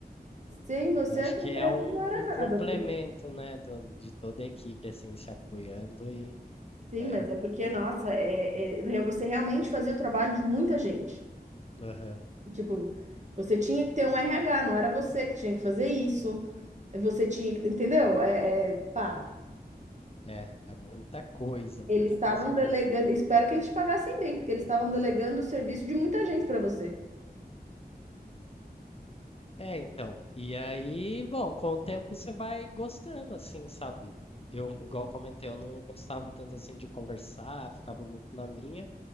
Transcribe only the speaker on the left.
Mas acho
que
é um,
um complemento,
né, do- de toda a equipe, assim, se apoiando e
daí.
Aham.
É, é muita coisa, muita
coisa mesmo.
É, então. E aí, bom, com o tempo você vai gostando, assim, sabe? Eu, igual comentei, eu não gostava tanto assim de conversar, ficava muito na minha,